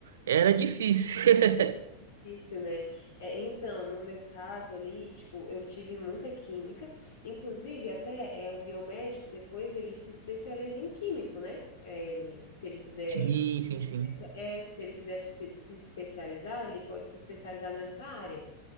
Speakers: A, on the right (about 60°); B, on the left (about 60°).
A: era difícil.
B: <laughs>
A: <laughs>
B: é difícil, né? É, então, no meu caso ali, tipo, eu tive muita química, inclusive até é, o biomédico, depois ele se especializa em químico, né? É, ele, se ele quiser
A: Sim, sim,
B: se
A: sim.
B: especia- é, se ele quiser se espe- se especializar, ele pode se especializar nessa área.